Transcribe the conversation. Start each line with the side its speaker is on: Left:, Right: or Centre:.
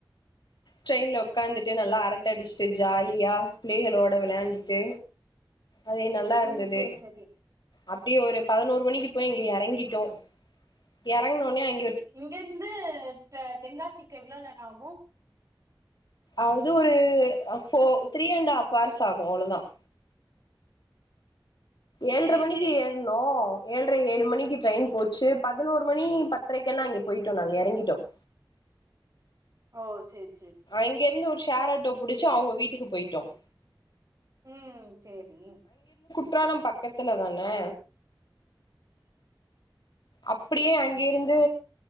Left: ட்ரெயின்ல உக்காந்துட்டு நல்லா அரட்டை அடிச்சுட்டு ஜாலியா பிள்ளைகளோட விளையாண்டுட்டு அதே நல்லா இருந்தது
Right: ம் சேரி சேரி
Left: அப்படியே ஒரு பதினோரு மணிக்கு போய் இங்க யார் இறங்கிட்டோம் இறங்கண ஒன்னே அங்
Right: இங்க இந்து தெ தென்காசிக்கு எவ்வளவு நேரம் ஆகும்
Left: அது ஒரு போ த்ரீ அண்ட் ஹாஃப் அவர்ஸ் ஆகும் அவ்வோள தான் ஏழ்ரை
Right: சேரி
Left: மணிக்கு
Right: சேரி
Left: ஏறனோம்
Right: சேரி
Left: ஏழ்ரை ஏழு மணிக்கு ட்ரெயின் போச்சு பதினோரு மணி பத்திரைக்கெல்லாம் அங்க போயிட்டோம் நாங்க இறங்கிட்டோம்
Right: ஓ சேரி சேரி சேரி
Left: இங்க இருந்து ஒரு ஷ் ஷேர்ஆட்டோ புடிச்சு அவங்க வீட்டுக்கு போயிட்டோம்
Right: உம் சேரி
Left: குற்றாலம் பக்கத்துல தானே அப்படியே அங்க இருந்து